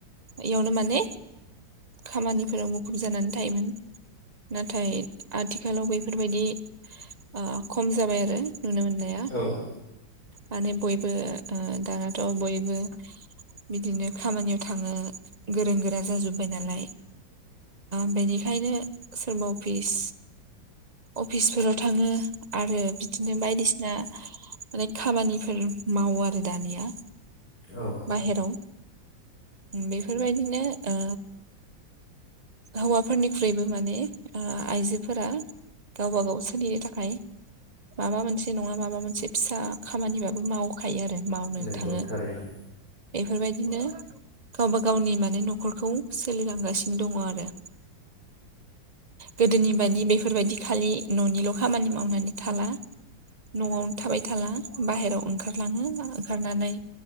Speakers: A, on the right; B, on the left.
A: इयुनाव माने खामानिफोराव मुखुब जानानै थायोमोन नाथाय आथिखालाव बेफोरबायदि ओ खम जाबाय आरो नुनो मोननाया
B: औ
A: माने बयबो ओ दानाथ' बयबो बिदिनो खामानियाव थांङो गोरों गोरा जाजोब्बाय नालाय बेनिखायनो सोरबा अफिस अफिसफोराव थाङो। आरो बिदिनो बायदिसिना माने खामानिफोर मावो आरो दानिया
B: औ
A: बाहेराव बेफोरबायदिनो ओ हौवाफोरनिख्रुइबो माने ओ आइजोफोरा गावबा गाव सोलिनो थाखाय माबा मोनसे नङा माबा मोनसे फिसा खामानिबाबो मावखायो आरो मावनो
B: नंगौ
A: थाङो
B: थारैनो।
A: बेफोरबायदिनो गावबा गावनि माने न'खरखौ सोलिलांगासिनो दंङो आरो गोदोनि बायदि बेफोरबायदि खालि न'निल' खामानि मावनानै थाला न'आवनो थाबाय थाला बाहेराव ओंखारलाङो ओंखारनानै